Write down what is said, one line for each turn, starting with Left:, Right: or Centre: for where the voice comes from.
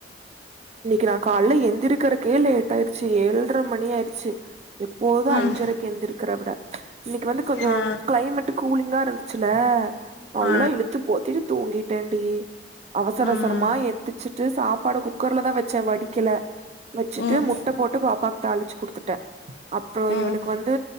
Right: இன்னைக்கு நா காலல எந்திருக்கறக்கே லேட் ஆயிருச்சு ஏழ்ர மணி ஆயிருச்சு எப்போது
Left: ம்
Right: அஞ்சரைக் கெந்திருக்கற விட இன்னைக்கு வந்து கொஞ்சோ
Left: ஆ
Right: கிளைமேட்டு கூலிங்கா இருந்துச்சுல நல்லா
Left: ஆ
Right: இழுத்து போத்திட்டு தூங்கிட்டேன்டி அவசர
Left: ம்
Right: அவசரமா எத்துச்சிட்டு சாப்பாட குக் குக்கர்லதா வெச்ச வடிக்கல வெச்சுட்டு
Left: ம்
Right: முட்ட போட்டு பாப்பாக்கு தாளிச்சு குடுத்துட்ட அப்றோ
Left: ம்
Right: இவனுக்கு வந்து